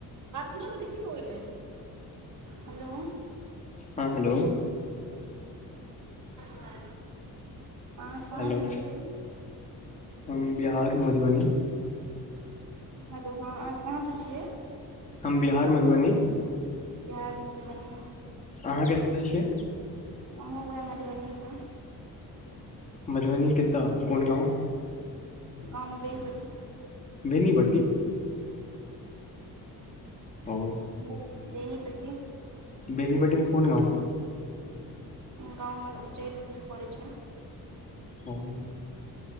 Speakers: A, on the right (about 50°); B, on the left (about 20°).
A: करयो नऽ देखियो लऽ ओय लेल हेलो।
B: हँ हेलो
A: हँ आहाँ कहाँ
B: हेलो
A: से छियै
B: हम बिहार मधुबनी
A: हेलो हँ अहाँ कहाँ से छियै
B: हम बिहार मधुबनी
A: बिहार मधुबनी
B: अहाँ कतयसँ छियै
A: हमहुँ वएह मधुबनीसँ
B: मधुबनी केत्त कोन गाँव
A: <unintelligible>
B: बेनीबट्टी ओ
A: मतलब बेनीपट्टी
B: बेनीपट्टी मे कोन गाँव
A: गाँव हमर उच्चैठ दिस पड़ै छै
B: ओ <unintelligible>